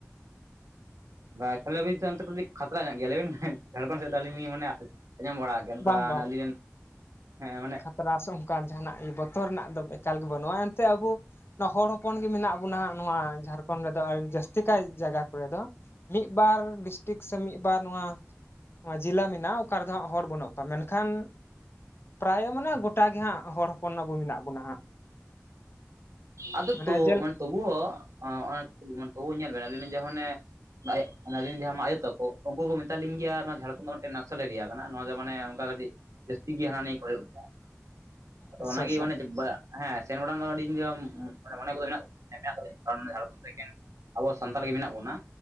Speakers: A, on the right; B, on the left.
A: ᱚᱸ <unintelligible> ᱞᱟᱭ ᱵᱤᱱ ᱥᱮ ᱚᱱᱛᱮ ᱠᱟᱹᱤᱡᱽ ᱠᱷᱟᱛᱨᱟ ᱧᱚᱜ ᱜᱮᱭᱟ ᱞᱟᱹᱭ ᱵᱮᱱ ᱦᱮᱸ ᱡᱷᱟᱲᱠᱷᱚᱱᱰ ᱥᱮᱫ ᱫᱚ ᱟᱹᱞᱤᱧ ᱞᱤᱧ ᱢᱚᱱᱮᱭᱟ ᱟᱸᱡᱚᱢ ᱵᱟᱲᱟ ᱚᱱᱠᱟ
B: ᱵᱟᱝ
A: ᱢᱟᱱᱮ ᱟᱹᱞᱤᱧ ᱨᱮᱱ ᱦᱮᱸ ᱢᱟᱱᱮ
B: ᱛᱨᱟᱥᱚᱜ ᱚᱱᱠᱟᱱ ᱡᱟᱦᱟᱱᱟᱜ ᱤᱭᱟᱹ ᱵᱚᱛᱚᱨ ᱨᱮᱱᱟᱜ ᱫᱚ ᱮᱠᱟᱞ ᱜᱮ ᱵᱟᱹᱱᱩᱜᱼᱟ ᱮᱱᱛᱮ ᱟᱵᱳ ᱱᱚᱣᱟ ᱦᱚᱲ ᱦᱚᱯᱚᱱ ᱜᱮ ᱢᱮᱱᱟᱜ ᱵᱚᱱᱟ ᱦᱟᱸᱜ ᱱᱚᱣᱟ ᱡᱷᱟᱲᱠᱷᱚᱸᱰ ᱨᱮᱫᱚ ᱟᱹ ᱡᱟᱹᱥᱛᱤ ᱠᱟᱭ ᱡᱟᱜᱟ ᱠᱚᱨᱮ ᱫᱚ᱾ ᱢᱤᱫ ᱵᱟᱨ ᱰᱤᱥᱴᱤᱠ ᱥᱮ ᱢᱤᱫ ᱵᱟᱨ ᱱᱚᱣᱟ ᱡᱮᱞᱟ ᱢᱮᱱᱟᱜᱼᱟ ᱚᱠᱟ ᱨᱮᱫᱚ ᱦᱟᱸᱜ ᱦᱚᱲ ᱵᱟᱹᱱᱩᱜ ᱛᱚ ᱢᱮᱱᱠᱷᱟᱱ ᱯᱨᱟᱭ ᱢᱟᱱᱮ ᱜᱚᱴᱟ ᱜᱮ ᱦᱟᱸᱜ ᱦᱚᱲ ᱦᱚᱯᱚᱱ ᱟᱵᱚ ᱢᱮᱱᱟᱜ ᱵᱚᱱᱟ ᱦᱟᱸᱜ᱾
A: ᱟᱸ ᱟᱫᱚ
B: ᱢᱟᱱᱮ
A: ᱛᱳ
B: ᱡᱮᱞ
A: ᱢᱟ-ᱼ ᱛᱩᱵᱩᱣᱼᱚ ᱟᱸ ᱚᱱᱟ ᱛᱚᱵᱩ ᱛᱚᱵᱩᱣ ᱧᱮᱞ ᱵᱮᱱ ᱟᱞᱤᱧ ᱞᱤᱧ ᱡᱮᱦᱚᱸᱱ ᱚᱱᱮ ᱵᱟᱭᱮ ᱚᱱᱟ ᱨᱤᱱ ᱡᱟᱦᱟᱸᱢᱟ ᱟᱭᱳᱛᱚᱠᱚ ᱩᱱᱠᱩ ᱠᱚ ᱢᱮᱛᱟ ᱞᱤᱧ ᱜᱮᱭᱟ ᱱᱚᱣᱟ ᱡᱷᱟᱲᱠᱷᱚᱸᱰ ᱱᱚᱰᱮ ᱱᱟᱥᱮᱞ ᱮᱨᱤᱭᱟ ᱠᱟᱱᱟ ᱱᱚᱣᱟ ᱫᱚ ᱢᱟᱱᱮ ᱚᱱᱠᱟ ᱠᱟᱹᱴᱤᱡᱽ ᱡᱟᱹᱥᱛᱤ ᱜᱮ ᱦᱟᱱᱟ ᱱᱤᱭᱟᱹ ᱠᱚ ᱮᱦᱚᱵ ᱫᱟ ᱾ ᱟᱫᱚ
B: ᱟᱪᱪᱷᱟ
A: ᱚᱱᱟ ᱜᱮ
B: ᱟᱪᱪᱷᱟ
A: ᱢᱟᱱᱮ ᱡᱟᱵ ᱵᱟ ᱦᱮᱸ ᱥᱮᱱ ᱵᱟᱲᱟ ᱨᱮᱱᱟᱜ ᱟᱹᱰᱤ ᱡᱚᱢ ᱢᱟᱱᱮ ᱢᱚᱱᱮ ᱠᱚᱫᱚ ᱢᱮᱱᱟᱜ ᱢᱮ ᱢᱮᱱᱟᱜ ᱛᱟᱞᱤᱧ ᱛᱟᱨ ᱢᱟᱱᱮ ᱡᱷᱟᱲᱠᱷᱚᱸᱰ ᱨᱮ ᱮᱠᱮᱱ ᱟᱵᱚ ᱥᱟᱱᱛᱟᱲ ᱜᱮ ᱢᱮᱱᱟᱜ ᱵᱚᱱᱟ